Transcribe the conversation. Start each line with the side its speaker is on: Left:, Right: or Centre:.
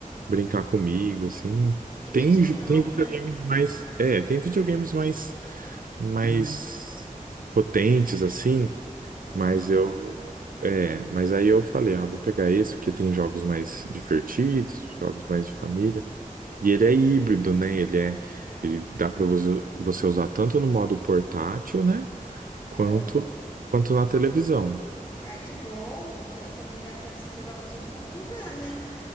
Right: brincar comigo, assim.
Left: Ele
Right: Tem,
Left: é de
Right: jo-
Left: mão,
Right: tem videogames
Left: né?
Right: mais. É, tem videogames mais mais potentes, assim.
Left: Melhores.
Right: Mas eu, é, mas aí eu falei, ah, vou pegar esse, porque tem jogos mais divertidos, jogos mais de família. E ele é híbrido, né? Ele é, ele dá para você você usar tanto no modo portátil, né? Quanto,
Left: Ah,
Right: quanto na televisão.
Left: Ai, que bom. Que aí também dá pra você levar pra tudo quanto é lugar, né?